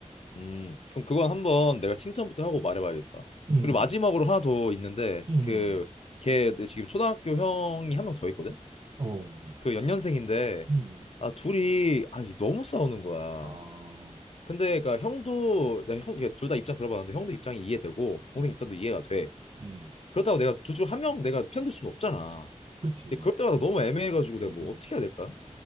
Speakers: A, on the left; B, on the right.
A: 음, 그럼 그건 한번 내가 칭찬부터 하고 말해봐야겠다.
B: 음,
A: 그리고 마지막으로 하나 더 있는데,
B: 음,
A: 그, 걔 지금 초등학교 형이 한 명 더 있거든?
B: 어, 어, 뭐.
A: 그 연년생인데,
B: 음,
A: 아, 둘이, 아, 이게 너무 싸우는 거야.
B: 아,
A: 근데 그러니까 형도 내가 형 둘 다 입장 들어봤는데 형도 입장이 이해되고 동생
B: 음,
A: 입장도 이해가 돼.
B: 음,
A: 그렇다고 내가 둘 중 한 명 내가 편들 수는 없잖아.
B: 그렇지.
A: 근데 그럴 때마다
B: 어,
A: 너무 애매해가지고 내가
B: 음,
A: 뭐
B: 음.
A: 어떻게 해야 될까?